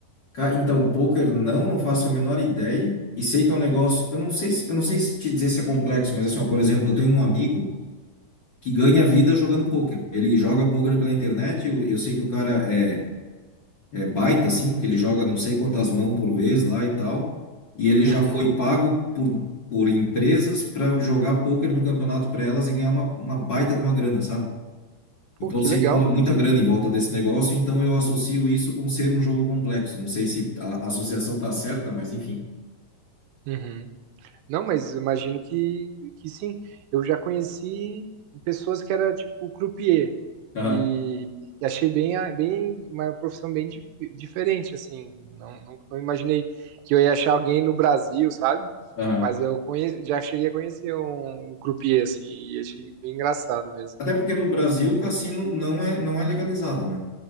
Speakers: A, on the left; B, on the right.
A: ca- Então, poker não, não faço a menor ideia. E sei que é um negócio, eu não sei se, eu não sei se te dizer se é complexo, mas assim, ó, por exemplo, eu tenho um amigo que ganha vida jogando poker. Ele joga poker pela internet, eu, eu sei que o cara é, é baita, assim, porque ele joga não sei quantas mãos por vez lá e tal. E ele
B: Uhum.
A: já foi pago por, por empresas para jogar poker no campeonato para elas e ganhar uma, uma baita de uma grana, sabe?
B: Pô,
A: Então,
B: que
A: eu sei
B: legal.
A: que rola muita grana em volta desse negócio, então eu associo isso com ser um jogo complexo. Não sei se a associação tá certa, mas enfim.
B: Uhum. Não, mas imagino que, que sim. Eu já conheci pessoas que era tipo croupier
A: Aham,
B: e achei bem, a- bem uma profissão bem dif- diferente assim. Não, não, não imaginei que eu ia achar alguém no Brasil, sabe?
A: aham.
B: Mas eu conhe já cheguei a conhecer um, um croupier assim e achei bem engraçado mesmo.
A: Até porque no Brasil o cassino não é, não é legalizado, né?